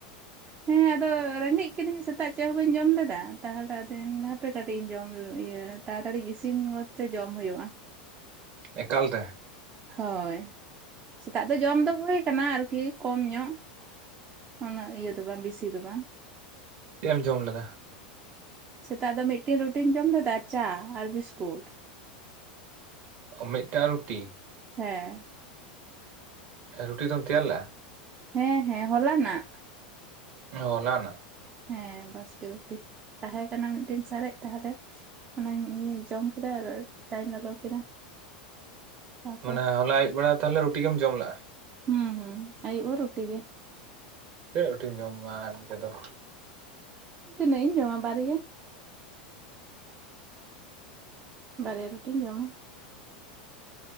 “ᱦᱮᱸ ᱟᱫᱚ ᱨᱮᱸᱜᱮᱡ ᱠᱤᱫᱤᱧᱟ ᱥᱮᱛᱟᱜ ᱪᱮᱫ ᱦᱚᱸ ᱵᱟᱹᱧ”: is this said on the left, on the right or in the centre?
Right